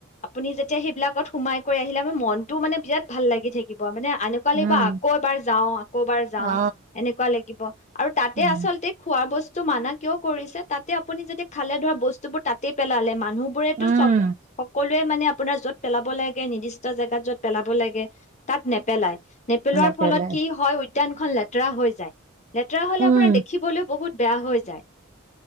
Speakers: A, on the left (about 35°); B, on the right (about 35°).
A: আপুনি যেতিয়া সেইবিলাকত সোমাই কৰি আহিল মনটো মানে বিৰাট ভাল লাগি থাকিব। মানে, এনেকুৱা
B: উম
A: লাগিব আকৌ এবাৰ যাওঁ, আকৌ এবাৰ যাওঁ
B: অ
A: এনেকুৱা লাগিব। আৰু
B: উম
A: আচলতে খোৱা বস্তু তো মানা কিয় কৰিছে? তাতে আপুনি যদি খালে ধৰা বস্তু বোৰ তাতে পেলালে মা মানুহ বোৰেটো
B: উম
A: চৱ সকল এইতো মানে আপোনাৰ য'ত পেলাব লাগে নিদিষ্ট জেগাত য'ত পেলাব লাগে, তাত নেপেলাই। নেপেলোৱাৰ
B: নেপেলাই
A: ফলত কি হয় উদ্যানখন লেতেৰা হৈ যায়। লেতেৰা হ'লে,
B: উম
A: আপোনাৰ দেখিবলে বহুত বেয়া হৈ যায়।